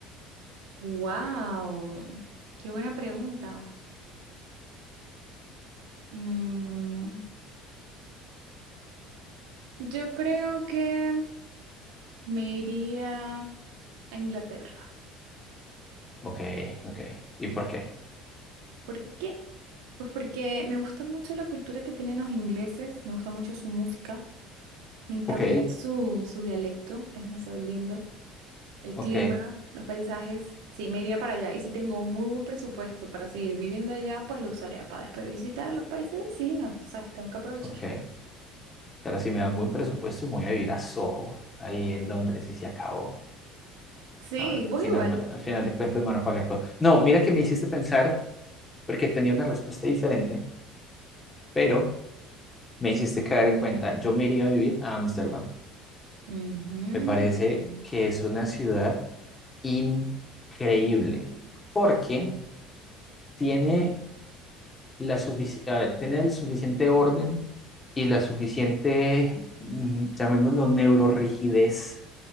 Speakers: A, on the right; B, on the left.
A: Wow, qué buena pregunta. Mm, yo creo que me iría a Inglaterra.
B: Ok, ok. ¿Y por qué?
A: ¿Por qué? Pues porque me gusta mucho la cultura que tienen los ingleses, me gusta mucho su música. Me encanta
B: Ok,
A: su, su dialecto, es demasiado lindo. El
B: ok,
A: clima, los paisajes, sí, me iría para allá. Y si tengo un muy buen presupuesto para seguir viviendo allá, pues lo usaría para después visitar a los países vecinos. tú sabes, tengo que aprovechar.
B: ok. Pero si me dan buen presupuesto, me voy a vivir a Soho, ahí en Londres, y se acabó.
A: Sí,
B: Ah,
A: vos
B: final-
A: igual.
B: al final de cuentas me van a pagar todo. No, mira que me hiciste pensar, porque tenía una respuesta diferente, pero me hiciste caer en cuenta. Yo me iría a vivir a Ámsterdam.
A: Ujú.
B: Me parece que es una ciudad increíble, porque tiene la sufici- a ver, tiene el suficiente orden y la suficiente, mm, llamémoslo, neurorrigidez